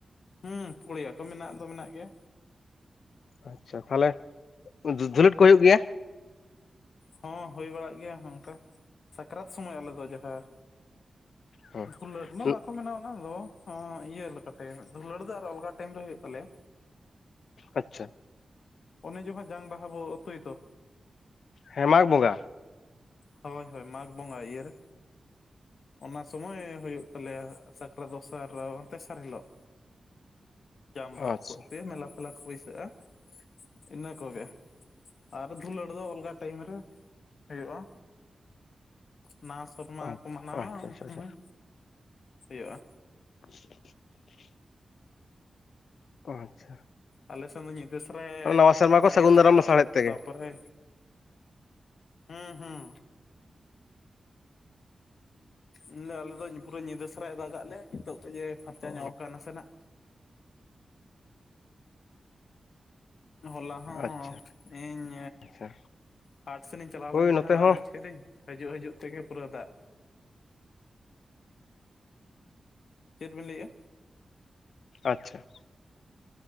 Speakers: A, on the left; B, on the left.
A: ᱦᱩᱸ ᱯᱲᱤᱭᱟᱹ ᱠᱚ ᱢᱮᱱᱟᱜ ᱫᱚ ᱢᱮᱱᱟᱜ ᱜᱮᱭᱟ
B: ᱟᱪᱪᱷᱟ ᱛᱟᱦᱚᱞᱮ ᱫᱷᱩᱞᱟᱹᱴ ᱠᱚ ᱦᱩᱭᱩᱜ ᱜᱮᱭᱟ
A: ᱦᱚᱸ ᱦᱩᱭ ᱵᱟᱲᱟᱜ ᱜᱮᱭᱟ ᱱᱚᱝᱠᱟ ᱥᱟᱠᱨᱟᱛ ᱥᱚᱢᱚᱭ ᱟᱞᱮ ᱫᱚ ᱡᱟᱦᱟᱸ
B: ᱦᱮᱸ
A: ᱫᱷᱩᱞᱟᱹᱴ ᱢᱟ
B: ᱩᱸ,
A: ᱵᱟᱠᱚ ᱢᱮᱱᱟ ᱚᱱᱟᱫᱚ ᱤᱭᱟᱹ ᱞᱮᱠᱟᱛᱮ ᱫᱦᱩᱲᱟᱹᱴ ᱫᱚ ᱟᱨ ᱟᱞᱜᱟ ᱴᱟᱭᱤᱢ ᱨᱮ ᱦᱩᱭᱩᱜ ᱛᱟᱞᱮᱭᱟ
B: ᱟᱪᱪᱷᱟ
A: ᱚᱱᱮ ᱡᱚᱦᱟᱜ ᱡᱟᱝ ᱵᱟᱦᱟ ᱵᱚ ᱟᱹᱛᱩᱭ ᱫᱚ
B: ᱦᱮᱸ ᱢᱟᱜᱽ ᱵᱚᱸᱜᱟ
A: ᱦᱳᱭ ᱦᱳᱭ ᱢᱟᱜᱽ ᱵᱚᱸᱜᱟ ᱤᱭᱟᱹ ᱨᱮ ᱚᱱᱟ ᱥᱚᱢᱚᱭ ᱦᱩᱭᱩᱜ ᱛᱟᱞᱮᱭᱟ ᱥᱟᱠᱨᱟᱛ ᱫᱚᱥᱟᱨ ᱛᱮᱥᱟᱨ ᱦᱤᱞᱳᱜ ᱡᱟᱝ ᱵᱟᱦᱟ
B: ᱟᱪᱪᱷᱟ
A: ᱠᱚ ᱯᱮ ᱢᱮᱞᱟ ᱯᱷᱞᱟᱠ ᱯᱟᱹᱭᱥᱟᱹᱜᱼᱟ ᱤᱱᱟᱹ ᱠᱚᱜᱮ ᱟᱨ ᱫᱷᱩᱞᱟᱹᱴ ᱫᱚ ᱚᱞᱜᱟ ᱴᱟᱭᱤᱢ ᱨᱮ ᱦᱩᱭᱩᱜᱼᱟ ᱱᱟᱣᱟ ᱥᱮᱨᱢᱟ
B: ᱟᱪ-
A: ᱠᱚ ᱢᱟᱱᱟᱣᱟ
B: ᱟᱪᱪᱷᱟ
A: ᱩᱱ
B: ᱟᱪᱪᱷᱟ
A: ᱥᱚᱢᱚᱭ
B: ᱟᱪᱪᱷᱟ
A: ᱦᱩᱭᱩᱜᱼᱟ
B: <unintelligible> ᱟᱪᱪᱷᱟ
A: ᱟᱞᱮᱥᱮᱱ ᱫᱚ ᱧᱤᱫᱟᱹ ᱥᱟᱨᱮ
B: ᱢᱟᱱᱮ ᱱᱟᱣᱟ ᱥᱮᱨᱢᱟ ᱠᱚ
A: ᱫᱟᱜ
B: ᱥᱟᱹᱜᱩᱱ
A: ᱛᱟᱦᱮᱸ
B: ᱫᱟᱨᱟᱢ ᱞᱟᱥᱟᱲᱦᱮᱫ ᱛᱮᱜᱮ
A: ᱛᱟᱯᱚᱨᱮ ᱦᱩᱸ ᱦᱩᱸ ᱢᱮᱱ ᱫᱚ ᱟᱞᱮ ᱫᱚ ᱯᱩᱨᱟᱹ ᱧᱤᱫᱟᱹ ᱥᱟᱨᱟᱭ ᱫᱟᱜ ᱟᱞᱮᱭᱟᱜ ᱱᱤᱛᱚᱜᱜ ᱡᱮ ᱯᱷᱟᱨᱪᱟ
B: ᱚ
A: ᱧᱚᱜ ᱠᱟᱱᱟ ᱱᱟᱥᱮ ᱱᱟᱜ ᱦᱚᱞᱟ ᱦᱚᱸᱻ
B: ᱟᱪᱪᱷᱟ
A: ᱤᱧᱻ
B: ᱟᱪᱪᱷᱟ
A: ᱦᱟᱴ ᱥᱮᱱ ᱤᱧ ᱪᱟᱞᱟᱣ
B: ᱦᱳᱭ
A: ᱞᱮᱱ ᱛᱟᱦᱮᱸ
B: ᱱᱚᱛᱮ
A: ᱫᱚ
B: ᱦᱚᱸ
A: ᱚᱱᱟᱪ ᱠᱟᱹᱤᱧ ᱦᱤᱡᱩᱜ ᱦᱤᱡᱩᱜ ᱛᱮᱜᱮ ᱯᱩᱨᱟᱹ ᱫᱟᱜ ᱪᱮᱫ ᱵᱤᱱ ᱞᱟᱹᱭᱮᱫᱼᱟ
B: ᱟᱪᱪᱷᱟ